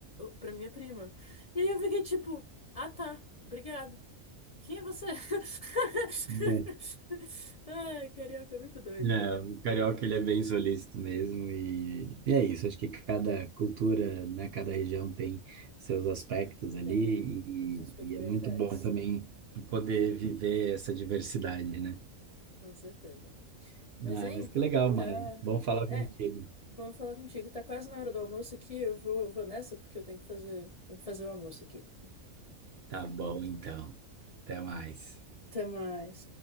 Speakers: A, on the left; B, on the right.
A: para minha prima. E aí eu fiquei tipo. Ah, tá. Obrigado. Quem é você? <laughs>
B: é.
A: Ai, carioca é muito doido,
B: É,
A: velho.
B: o carioca ele é bem solícito mesmo e, e é isso. Acho que cada cultura, né, cada região tem seus aspectos ali
A: Tem, tem suas
B: e,
A: peculiaridades,
B: e é muito bom também poder viver essa diversidade, né?
A: com certeza. Mas,
B: Ah,
A: hein,
B: mas que legal,
A: tá.
B: Mari. Bom falar
A: É,
B: contigo.
A: vamos falar contigo. Tá quase na hora do almoço aqui. Eu vou, eu vou nessa porque eu tenho que fazer, tenho que fazer o almoço aqui.
B: Tá bom, então. Até mais.
A: Até mais.